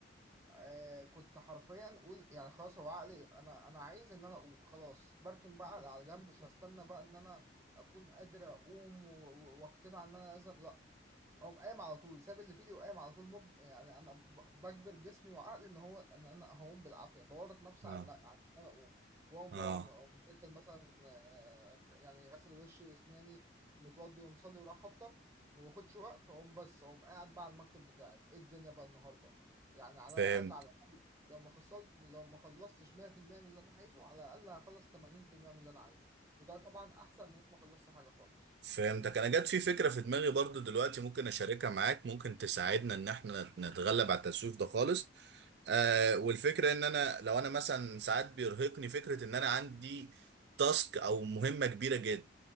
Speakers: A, on the right; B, on the right.
A: آه كنت حرفيا أقول يعني خلاص هو عقلي أنا أنا عايز إن أنا أقوم خلاص بركن بقى على جنب مش هستنى بقى إن أنا أكون قادر أقوم و- و- وأقتنع إن أنا لازم اقوم قايم على طول ساب اللي في ايدي وقايم على طول مج... يعني انا ب- بجبر جسمي وعقلي ان هو ان انا هقوم بالعافيه بورط نفسي
B: اه
A: على على ان انا اقوم واقوم
B: اه
A: بقى وأقوم- أقوم داخل مثلا آه، يعني غسل وشي واسناني متوضي ومصلي وراح افطر وما باخدش وقت اقوم بس اقوم قاعد بقى على المكتب بتاعي ايه الدنيا بقى النهارده يعني على
B: فهمت
A: الاقل على الاقل لو ما خلصت لو ما خلصتش 100% من اللي انا عايزه على الاقل هخلص 80% من اللي انا عايزه وده طبعا احسن من إن أنا ما خلصت حاجه خالص
B: فهمتك انا جت في فكرة في دماغي برضو دلوقتي ممكن اشاركها معاك ممكن تساعدنا ان احنا نتغلب على التسويف ده خالص آه والفكرة ان انا لو انا مثلا ساعات بيرهقني فكرة ان انا عندي تاسك او مهمة كبيرة جدا